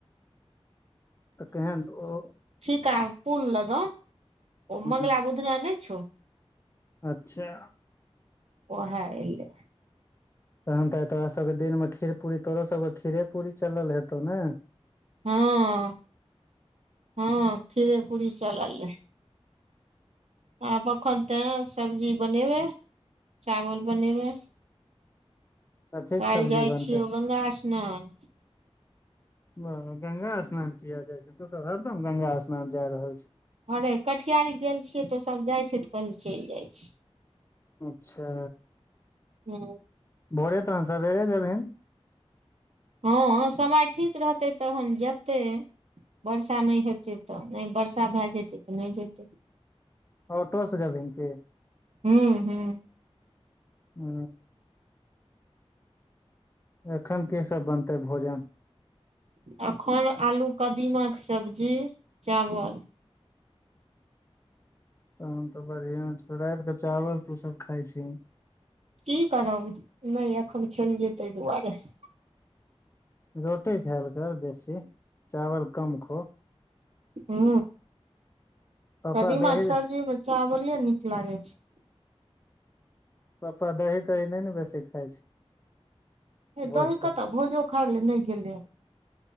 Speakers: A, on the left; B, on the right.
A: तऽ कहन ओ।
B: ठीका पुल लगन ओ
A: हूँ
B: मंगला बुधना नहि छौ।
A: अच्छा।
B: ओहा हँ एले।
A: तहन त तोरा सभके दिनमे खीर पूरी तोरो सभके खीरे पूरी चल हेतौ ने
B: हँ हँ खीरे पूड़ी चलल रहै। आब अक। एखन ते सब्जी बनेबै चावल बनेबै।
A: कथी
B: काल्हि
A: के सब्जी
B: जाइ
A: बनतै
B: छियौ गंगा स्नान।
A: वाह गंगा स्नान किया जाइ छै तो त हरदम गंगा स्नान जाय रहल छै।
B: हरे कटिहार गेल छियै त सभ जाइत छियै तऽ कहलु चलि जाइ छिय
A: अच्छा।
B: ह
A: भोरे तहन सबेरे जेबैनि।
B: ह समय ठीक रहतै तऽ हन जेतै वर्षा नहि हेतै तऽ नहि वर्षा भए जेतै त नहि जेतै
A: ओटो से जेभीन कि
B: हूँ हूँ
A: ह। एखन कि सभ बनतै भोजन
B: एखन आलू कदीमा के सब्जी चावल
A: तन तऽ बढ़िआ छौ रात के चावल तो सभ खाइ छीह
B: कि करब नहि एखन खेलियय तै दुआरे से
A: रोटी खायल कर बेसी चावल कम खो
B: हू
A: पापा
B: कदीमाके
A: दही
B: सब्जी मे चावले नीक लागै छै।
A: पप्पा दही तही नहि ने बेसी खाइ छै। भोर
B: दही
A: से
B: कऽ तऽ भोजो खाय लए नहि गेलै।